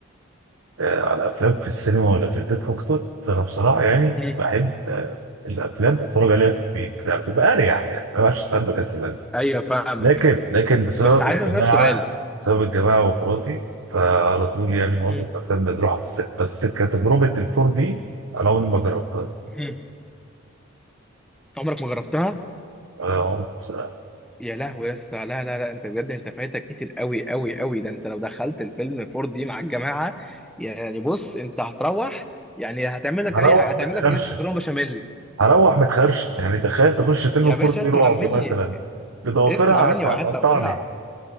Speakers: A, on the right; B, in the centre.
A: آه، على افلام في السينما ولا في البيت اكتر فانا بصراحه يعني
B: مم.
A: بحب آه، الافلام اتفرج عليها في البيت لا، بتبقى اريح يعني ما بعرفش ساعات بكسل أنزل.
B: ايوه فاهمك
A: لكن لكن بسبب
B: بس عايز
A: الجماعه
B: اسالك سؤال
A: بسبب الجماعه ومراتي فعلى طول يعني معظم
B: مم.
A: الافلام بنروحها في السينما بس كتجربه الفور دي انا عمري ما جربتها
B: مم. عمرك ما جربتها
A: أنا عمري بصراحه
B: يا لهوي يا اسطى لا لا لا انت بجد انت فايتك كتير قوي قوي قوي ده انت لو دخلت الفيلم 4 دي مع الجماعه يعني بص انت هتروح يعني هتعمل لك
A: هروح
B: اي حاجه هتعمل
A: متخرشم
B: لك صينيه مكرونه بشاميل
A: هروح متخرشم يعني تخيل تخش فيلم
B: يا
A: فور
B: باشا اسمع
A: دي رعب
B: مني
A: مثلا بضوافرها
B: اسمع مني
A: هت- هتقطعني
B: وحياة ربنا